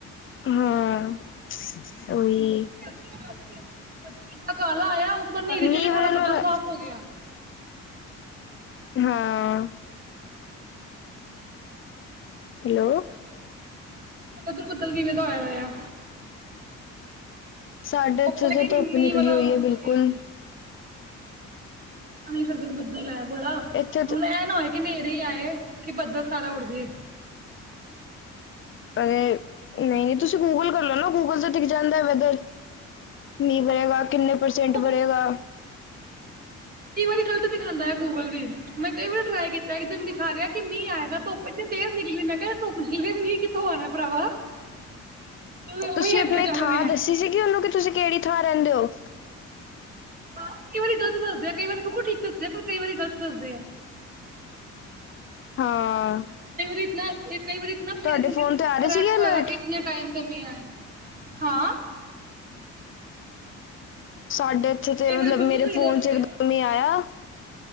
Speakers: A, on the left; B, on the right.
A: ਹਾਂ ਉਹੀ
B: ਏਡਾ ਕਾਲਾ ਆਇਆ ਉਪਰ ਨੇਰੀ ਚੜੀ
A: ਮੀਂਹ ਵਰਨ
B: ਸਾਰਾ ਬੱਦਲ
A: ਵਾਲਾ
B: ਸਾਫ਼ ਹੋ ਗਿਆ।
A: ਹਾਂ ਹੈਲੋ
B: ਉਰਧ ਬੱਦਲ ਕਿਵੇਂ ਦਾ ਹੋਇਆ ਦਾ ਆ।
A: ਸਾਡੇ ਇੱਥੇ
B: ਉਪਲ
A: ਤਾਂ
B: ਕੇ
A: ਧੁੱਪ
B: ਮੀਂਹ
A: ਨਿਕਲੀ
B: ਵਾਲਾ
A: ਹੋਈ
B: <unintelligible>
A: ਹੈ ਬਿਲਕੁਲ
B: ਣੀ ਫਿਰਦੇ ਬੱਦਲ ਹੈ ਬੜਾ
A: ਇੱਥੇ
B: ਹੁਣ
A: ਤਾਂ
B: ਇਹ ਨਾ ਹੋਏ ਕਿ ਨੇਰੀ ਆਏ ਕਿ ਬੱਦਲ ਸਾਰਾ ਉੱਡ ਜੇ
A: ਅਏ ਨਈ ਤੁਸੀਂ ਗੂਗਲ ਕਰ ਲਓ ਨਾ ਗੂਗਲ ਤੇ ਦਿਖ ਜਾਂਦਾ ਵੈਦਰ ਮੀਂਹ ਵਰੇਗਾ ਕਿੰਨੇ ਪਰਸੈਂਟ
B: ਉਹ
A: ਵਰੇਗਾ
B: ਕਈ ਵਾਰੀ ਗਲਤ ਦਿਖਾਂਦਾ ਗੂਗਲ ਵੀ ਮੈਂ ਕਈ ਵਾਰੀ ਟਰਾਈ ਕੀਤਾ ਇੱਕ ਦਿਨ ਦਿਖਾ ਰਿਆ ਕਿ ਮੀਂ ਆਏਗਾ ਧੱਪ ਇੰਨੀ ਤੇਜ ਨਿਕਲੀ ਮੈਂ ਕਿਆ ਧੁੱਪ ਨਿਕਲੀ ਮੀਂ ਕਿਥੋਂ ਆਣਾ ਭਰਾਵਾ ਉਹੀ
A: ਤੁਸੀਂ
B: ਅੱਗੇ
A: ਆਪਣੀ
B: ਚੱਲ
A: ਥਾਂ
B: ਰਿਹਾ।
A: ਦੱਸੀ ਸੀਗੀ ਉਹਨੂੰ ਕਿ ਤੁਸੀਂ ਕਿਹੜੀ ਥਾਂ ਰੈਂਦੇ ਹੋ।
B: ਹ ਕਈ ਵਾਰੀ ਗਲਤ ਦੱਸਦੇ ਆ ਕਈ ਵ ਬਿਲਕੁਲ ਠੀਕ ਦੱਸਦੇ ਆ ਪਰ ਕਈ ਵਾਰੀ ਗਲਤ ਦੱਸਦੇ ਆ।
A: ਹਾਂ
B: ਕਈ ਵਾਰੀ ਇਤਨਾ ਕਈ ਵਾਰੀ ਇਤਨਾ ਸਈ
A: ਤੁਹਾਡੇ
B: ਸਮਝ
A: ਫੋਨ
B: ਬਿਲਕੁਲ
A: ਤੇ ਆ ਰਹੇ
B: ਕਰੈਕਟ
A: ਸੀਗੇ ਅਲਰਟ
B: ਹੋਏਗਾ ਕਿ ਇਤਨੇ ਟਾਇਮ ਤੇ ਮੀਂਹ ਆਏਗਾ ਹਾਂ।
A: ਸਾਡੇ ਇੱਥੇ
B: ਕਈ
A: ਤੇ ਮਤਲਬ
B: ਵਾਰੀ ਬਿਲਕੁਲ
A: ਮੇਰੇ
B: ਸਹੀ
A: ਫੋਨ
B: ਦੱਸਦੇ
A: 'ਚ ਇਕ
B: ਆ।
A: ਦਮ ਈ ਆਇਆ